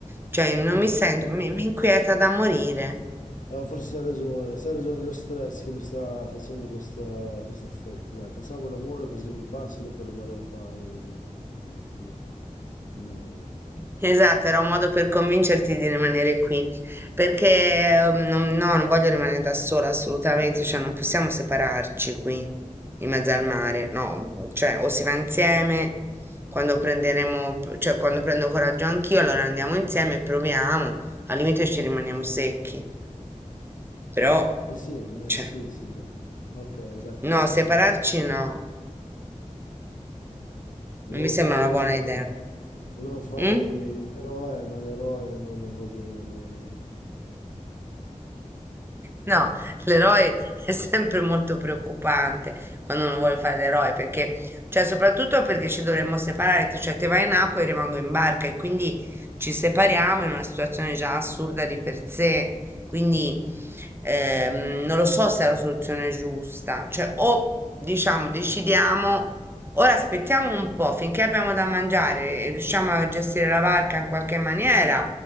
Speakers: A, on the right; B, on the left.
A: cioè non mi sento, mi mi inquieta da morire.
B: Ah, forse hai ragione, se hai ragione, è lo stress che mi sta facendo questa- questo effetto. Dai, facciamo l'amore così mi passa, dopo rimarrò qua e- e- e- in nave, dai.
A: Esatto, era un modo per convincerti di rimanere qui, perché um, non- no, non voglio rimanere da sola assolutamente, cioè non possiamo separarci qui in mezzo al mare, no, cioè o si va insieme quando prenderemo, cioè quando prendo coraggio anch'io, allora andiamo insieme e proviamo, al limite ci rimaniamo secchi, però,
B: Insieme,
A: cioè,
B: eh, sì, sì, dai. Ok, d'accordo,
A: no, separarci
B: sono d'accordo.
A: no,
B: Volevo
A: non mi sembra
B: fare,
A: una buona idea.
B: volevo fare
A: Mm?
B: l'eroe, ma l'eroe non, non va bene allora, dai.
A: No, l'eroe è sempre molto preoccupante quando uno vuole fare l'eroe, perché, cioè, soprattutto perché ci dovremmo separare, t- cioè te vai in acqua e io rimango in barca e quindi ci separiamo in una situazione già assurda di per sé, quindi ehm, non lo so se è la soluzione giusta, cioè o diciamo decidiamo, ora aspettiamo un po' finché abbiamo da mangiare e riusciamo a gestire la barca in qualche maniera,